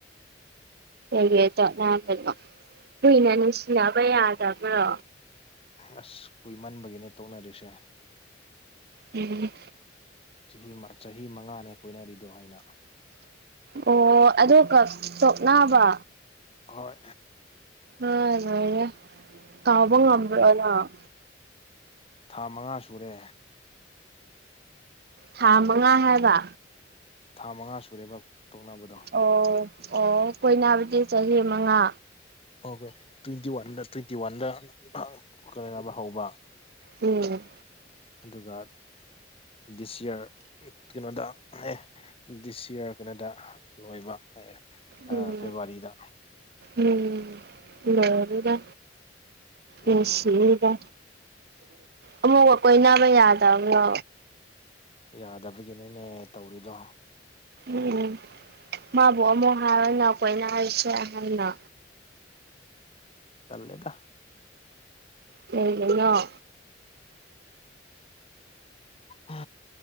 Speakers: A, on the right (about 55°); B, on the left (about 30°).
A: ꯀꯒꯤꯗꯣ ꯅꯕꯅꯣ ꯀꯨꯏꯅ ꯅꯨꯡꯁꯤꯅꯕ ꯌꯥꯗꯕ꯭ꯔꯣ
B: ꯑꯁ ꯀꯨꯏꯃꯟꯕꯒꯤꯅꯦ ꯇꯣꯛꯅꯔꯤꯁꯦ
A: ꯎꯝ
B: ꯆꯍꯤ ꯆꯍꯤ ꯃꯉꯥꯅꯦ ꯀꯣꯏꯅꯔꯤꯗꯣ ꯍꯥꯏꯅ
A: ꯑꯣ ꯑ ꯀ ꯇꯣꯛꯅꯕ
B: ꯍꯣꯏ
A: ꯍ‌ꯣꯏ ꯉꯥꯏꯔ‌ꯦ ꯀꯧꯕ
B: ꯎꯝ
A: ꯉꯝꯕ꯭ꯔꯣ ꯅꯪ
B: ꯊꯥ ꯃꯉꯥ ꯁꯨꯔꯦ
A: ꯊꯥ ꯃꯉꯥ ꯍꯥꯏꯕ
B: ꯊꯥ ꯃꯉꯥ ꯁꯨꯔꯦꯕ ꯇꯣꯛꯅꯕꯗꯣ
A: ꯑꯣ ꯑꯣ ꯀꯣꯏꯅꯕꯗꯤ ꯆꯍꯤ ꯃꯉꯥ
B: ꯀꯧꯈꯔ‌ꯦ ꯇ꯭ꯋꯦꯟꯇꯤ ꯋꯥꯟꯗ ꯇ꯭ꯋꯦꯟꯇꯤ ꯋꯥꯟꯗ <unintelligible> ꯈꯔ ꯌꯥꯝ ꯍꯧꯕ
A: ꯎꯝ
B: ꯑꯗꯨꯒ ꯗꯤꯁ ꯏꯌꯥꯔ ꯎꯝ ꯀꯩꯅꯣꯗ ꯍꯥꯏꯌ‌ꯦ ꯗꯤꯁ ꯏꯌꯥꯔ ꯀꯩꯅꯣꯗ ꯂꯣꯏꯕ ꯑꯦ ꯑꯥ
A: ꯎꯝ
B: ꯐꯦꯕꯋꯥꯔꯤꯗ
A: ꯎꯝ ꯂꯣꯏꯔꯕꯅꯤꯅ
B: ꯎꯝ
A: ꯎꯅꯁꯤꯗ ꯑꯃꯨꯛꯒ ꯀꯣꯏꯅꯕ ꯌꯥꯗꯕ꯭ꯔꯣ
B: ꯌꯥꯗꯕꯒꯤꯅꯤꯅꯦ ꯇꯧꯔꯤꯗꯣ
A: ꯎꯝ ꯃꯥꯕꯨ ꯑꯃꯨꯛ ꯍꯥꯏꯔꯅ ꯑꯩꯈ‌ꯣꯏꯅ ꯍꯥꯏꯔꯤꯁꯦ ꯍꯥꯏꯅ
B: ꯇꯜꯂ‌ꯦꯗ
A: ꯀꯩꯒꯤꯅ‌ꯣ
B: ꯍꯥ